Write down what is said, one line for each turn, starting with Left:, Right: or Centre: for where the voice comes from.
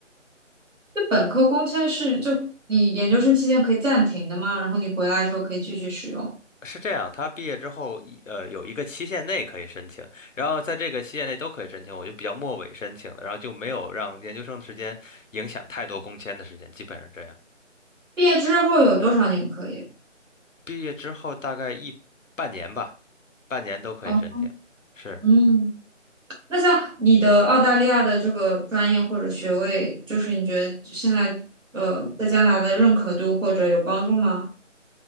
Right: 就本科工签是就你研究生期间可以暂停的吗？然后你回来的时候可以继续使用。
Left: 是这样，他毕业之后一呃有一个期限内可以申请，然后在这个期限内都可以申请，我就比较末尾申请的，然后就没有让研究生的时间影响太多工签的时间，基本上这样。
Right: 毕业之后有多少年可以？
Left: 毕业之后大概一半年吧，半年都可以申请。
Right: 哦，
Left: 是，
Right: 嗯，那像你的澳大利亚的这个专业或者学位，就是你觉得现在呃在加拿大的认可度或者有帮助吗？